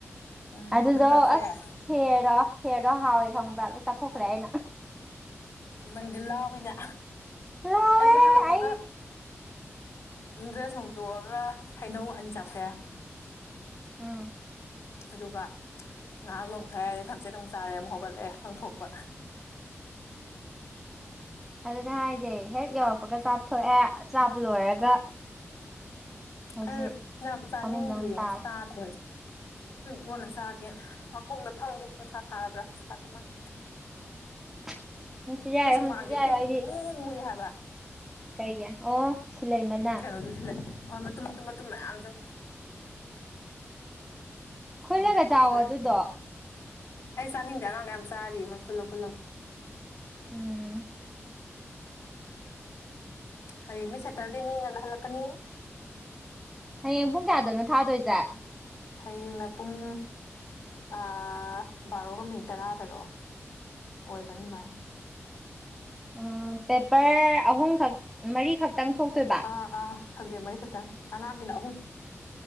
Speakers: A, on the left; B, in the centre.
A: ꯎꯝ
B: ꯑꯗꯨ
A: ꯑꯗꯨꯝ
B: ꯑꯗꯨꯗꯣ
A: ꯆꯥꯊꯣꯛꯑꯦ
B: ꯑꯁ ꯈꯦꯔꯗꯣ ꯈꯦꯔ ꯈꯔ ꯍꯥꯎꯋꯦ ꯈꯪꯕ꯭ꯔꯥ ꯂꯣꯏ ꯆꯥꯊꯣꯛꯈ꯭ꯔꯦ ꯑꯩꯅ
A: ꯅꯪꯗꯤ ꯂꯥꯎꯋꯤꯅ
B: ꯂꯥꯎꯋꯦ
A: ꯑꯩꯖꯨ ꯍꯜꯂꯛꯄꯒ
B: ꯑꯩ
A: ꯗ꯭ꯔꯦꯁ ꯍꯨꯇꯣꯛꯑꯒ ꯍꯩꯅꯧ ꯑꯅꯤ ꯆꯠꯐꯩ
B: ꯎꯝ
A: ꯑꯗꯨꯒ ꯉꯥꯏꯍꯥꯛ ꯂꯣꯡꯊ ꯍꯥꯏꯔꯗꯤ ꯊꯝꯆꯦꯠ ꯑꯃꯨꯛ ꯆꯥꯔꯦ ꯑꯃꯨꯛ ꯍꯧꯒꯠꯂꯛꯑꯦ ꯂꯪꯊꯣꯛꯄ
B: <unintelligible> ꯑꯗꯨꯅ ꯍꯥꯏꯁꯦ ꯍꯦꯛ ꯌꯧꯔꯛꯄꯒ ꯆꯥꯊꯣꯛꯑꯦ ꯆꯥꯕ ꯂꯣꯏꯔꯒ ꯍꯧꯖꯤꯛ
A: ꯑꯩ ꯌꯥꯝ ꯆꯥꯅꯤꯡꯗꯔꯤꯅ
B: ꯐꯃꯨꯡꯗ ꯑꯃꯨꯛ ꯇꯥꯔꯦ
A: ꯆꯥꯗꯦ ꯍꯧꯖꯤꯛ ꯀꯣꯟꯅ ꯆꯥꯒꯦꯅ ꯃꯈꯣꯡꯗ ꯐꯪꯒꯦ ꯅꯨꯡꯁꯥ ꯁꯔꯕꯔ ꯁꯥꯗꯔꯤꯃꯅꯦ
B: <unintelligible> ꯍꯪꯡꯆꯤꯠ ꯌꯥꯏꯔꯣ
A: ꯁꯨꯃꯥꯡꯁꯦ
B: ꯍꯪꯆꯤꯠ ꯌꯥꯔꯣꯏ
A: ꯄꯨꯡ
B: ꯑꯩꯗꯤ
A: ꯃꯨ ꯃꯨꯏ ꯍꯥꯏꯕ
B: ꯀꯩꯒꯤ ꯑꯣ ꯁꯤꯂꯩꯃꯅꯥ
A: ꯀꯩꯅꯣꯁꯨ ꯁꯤꯜꯂꯦ ꯍꯣꯏ ꯃꯇꯨꯝ ꯃꯇꯨꯝ ꯃꯇꯨꯝ ꯃꯌꯥꯝꯖꯧ
B: ꯈꯨꯜꯂꯒ
A: ꯍꯥꯀꯠꯆꯔꯦ
B: ꯆꯥꯎꯋꯣ ꯑꯗꯨꯗꯣ
A: ꯑꯩ ꯆꯥꯅꯤꯡꯗꯦ ꯑꯉꯥꯡꯒ ꯌꯥꯝ ꯆꯥꯔꯤ ꯃꯣ ꯈꯨꯜꯂ ꯈꯨꯜꯂꯒ
B: ꯎꯝ
A: ꯍꯌꯦꯡꯅꯦ ꯁꯦꯇꯔꯗꯦꯅꯤ ꯉꯟꯅ ꯍꯜꯂꯛꯀꯅꯤ
B: ꯍꯥꯌꯦꯡ ꯄꯨꯡ ꯀꯌꯥꯗꯅꯣ ꯊꯥꯗꯣꯏꯖꯦ
A: ꯍꯌꯦꯡꯅ ꯄꯨꯡ ꯑꯥ ꯕꯥꯔꯣꯒ ꯃꯤꯅꯤꯠ ꯇꯔꯥꯗꯔꯣ ꯑꯣꯏꯕꯅꯤ ꯑꯗꯨꯃꯥꯥꯏ
B: ꯎꯝ ꯄꯦꯄꯔ ꯑꯍꯨꯝꯈꯛ ꯃꯔꯤꯈꯛꯇꯪ ꯊꯣꯛꯇꯣꯏꯕ
A: ꯑꯥ ꯑꯥ ꯁꯕꯖꯦꯛ ꯃꯔꯤ ꯈꯛꯇꯪ ꯑꯉꯥꯡꯒꯤꯅ ꯑꯍꯨꯝ